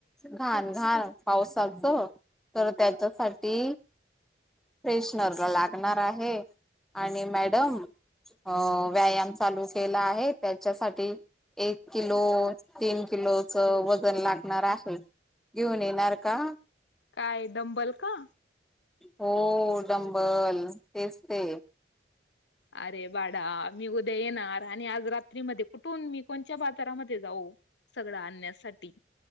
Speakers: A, in the centre; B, on the left (about 75°).
A: घाण घाण. पावसाचं तर त्याच्यासाठी फ्रेशनरला लागणार आहे आणि मॅडम अ व्यायाम चालू केला आहे त्याच्यासाठी एक किलो, तीन किलोच वजन लागणार असेल. घेऊन येणार का?
B: काय डंबल का?
A: हो डंबल तेच ते.
B: अरे बाडा मी उद्या येणार आणि आज रात्रीमध्ये कुठून मी कोणच्या बाजारामध्ये जाऊ. सगळं आणण्यासाठी.